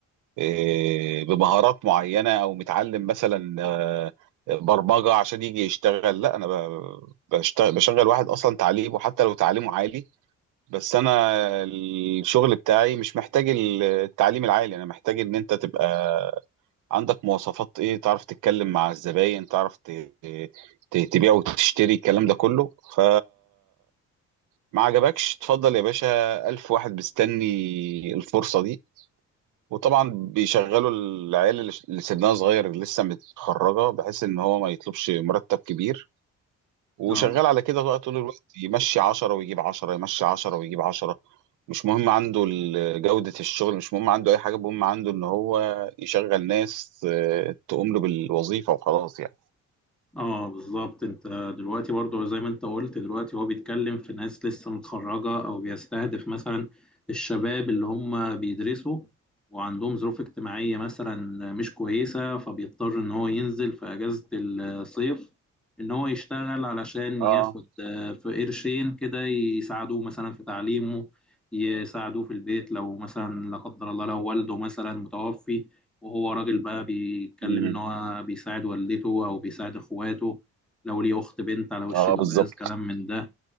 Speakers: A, on the right; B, in the centre.
A: آه، بمهارات معينة أو متعلم مثلا آه، برمجة عشان يجي يشتغل لا أنا ب- بشتغل بشغل واحد أصلا تعليمه حتى لو تعليمه عالي بس أنا الشغل بتاعي مش محتاج التعليم العالي أنا محتاج إن أنت تبقى عندك مواصفات إيه تعرف تتكلم مع الزباين تعرف ت... ت- تبيع وتشتري الكلام ده كله ف ما عجبكش اتفضل يا باشا ألف واحد مستني الفرصة دي وطبعا بيشغلوا العيال اللي اللي سنها صغير اللي لسه متخرجة بحيث ان هو ما يطلبش مرتب كبير وشغال
B: اه
A: على كده بقى طول الوقت يمشي عشرة ويجيب عشرة يمشي عشرة ويجيب عشرة مش مهم عنده ال- جودة الشغل مش مهم عنده أي حاجة المهم عنده ان هو يشغل ناس آه، تقوم له بالوظيفة وخلاص يعني
B: اه بالظبط انت دلوقتي برضو زي ما انت قلت دلوقتي هو بيتكلم في ناس لسه متخرجة او بيستهدف مثلا الشباب اللي هم بيدرسوا وعندهم ظروف اجتماعية مثلا مش كويسة فبيضطر ان هو ينزل في اجازة الصيف ان هو يشتغل علشان
A: اه
B: ياخد آه، في قرشين كده يساعدوه مثلا في تعليمه يساعدوه في البيت لو مثلا لا قدر الله لو والده مثلا متوفي وهو راجل بقى بيتكلم
A: امم
B: إن هو بيساعد والدته أو بيساعد إخواته لو ليه أخت بنت على وش
A: اه
B: جواز
A: بالظبط
B: كلام من ده